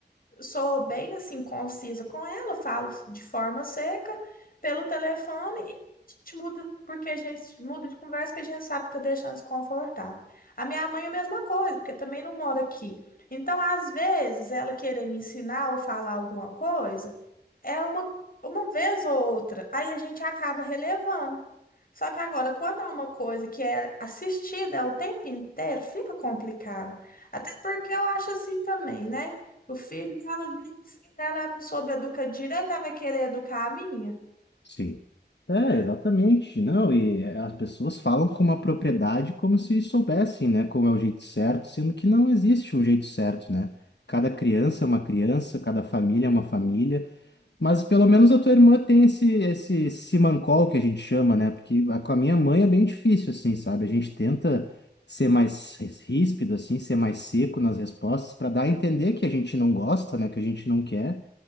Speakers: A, on the left; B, on the left.
A: sou bem assim concisa com ela, falo de forma seca pelo telefone e a gente muda, porque a gente muda de conversa que a gente sabe que tá deixando desconfortável. A minha mãe é a mesma coisa, porque também não mora aqui. Então, às vezes, ela querer me ensinar ou falar alguma coisa é uma, uma vez ou outra, aí a gente acaba relevando. Só que agora, quando é uma coisa que é assistida é o tempo inteiro, fica complicado. Até porque eu acho assim também, né? O filho dela, nem se ela não soube educar direito, ela vai querer educar a minha.
B: Sim. É, exatamente. Não, e as pessoas falam com uma propriedade como se soubessem, né, como é o jeito certo, sendo que não existe um jeito certo, né? Cada criança é uma criança, cada família é uma família. Mas pelo menos a tua irmã tem esse, esse simancol que a gente chama, né? Porque a- com a minha mãe é bem difícil, assim, sabe? A gente tenta ser mais ríspido, assim, ser mais seco nas respostas, para dar a entender que a gente não gosta, né? Que a gente não quer.